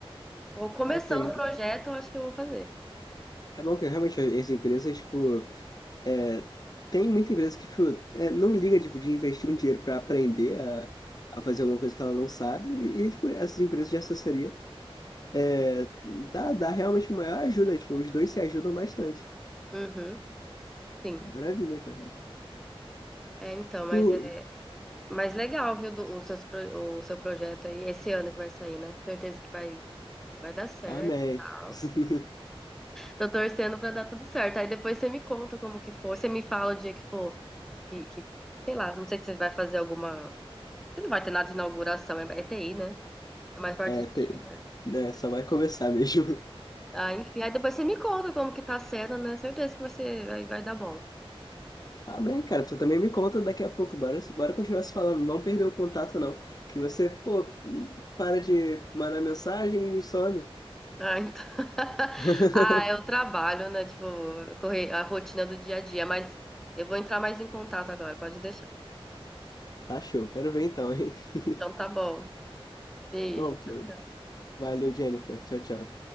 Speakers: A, in the centre; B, on the left (about 40°).
A: Vou começando
B: É, tem muita...
A: o projeto, eu acho que eu vou fazer.
B: é bom que realmente as empresas, tipo, é, tem muita empresa que, tipo, é, não liga, tipo, de investir um dinheiro para aprender a, a fazer alguma coisa que ela não sabe. E, tipo, essas empresas de assessoria é, dá, dá realmente uma maior ajuda. Tipo, os dois se ajudam bastante.
A: Uhum, sim.
B: Maravilha, cara.
A: É, então, mas
B: Tu...
A: Mas legal, viu, do- o, seus pro- o seu projeto aí, esse ano que vai sair, né? Certeza que vai, vai dar certo
B: Amém.
A: e tal.
B: <laughs>
A: Tô torcendo pra dar tudo certo. Aí depois você me conta como que for. Você me fala o dia que for, que, que sei lá, não sei se você vai fazer alguma. Você não vai ter nada de inauguração, é, é TI, né? É mais parte
B: É,
A: de TI,
B: tem...
A: né?
B: né, só vai começar mesmo.
A: Ah, enfim, aí depois você me conta como que tá sendo, né? Certeza que você vai, vai dar bom.
B: Amém, cara. Tu também me conta daqui a pouco. Bora, bora continuar se falando. Não vamos perder o contato, não. Que você, pô, para de mandar mensagem e some.
A: Ah, então... <laughs>
B: <laughs>
A: ah, é o trabalho, né? Tipo, correr a rotina do dia a dia, mas eu vou entrar mais em contato agora, pode deixar.
B: Tá show. Quero ver então, hein? <laughs>
A: Então tá bom. Beijo.
B: Bom,
A: Tchau. tchau.
B: valeu, Jennifer. Tchau, tchau.